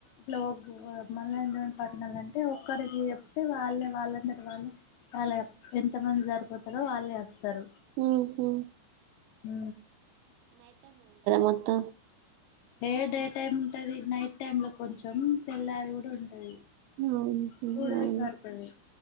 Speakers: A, on the left (about 80°); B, on the right (about 85°).
A: ట్లోకు ఆ మల్లన్న దేవుని పట్నాలు అంటే ఒక్కరికి చెప్తే వాళ్ళే వాళ్ళంతట వాళ్ళే వాళ్ళు ఎంత మంది సరిపోతారో వాళ్ళే వస్తారు
B: మ్ హు
A: హు
B: మొత్తం
A: ఏే డే టైమ్ ఉంటది నైట్ టైమ్ లో కొంచెం తెల్లారి కూడా ఉంటది
B: అవున
A: టూ డేస్
B: అవున
A: పడుతది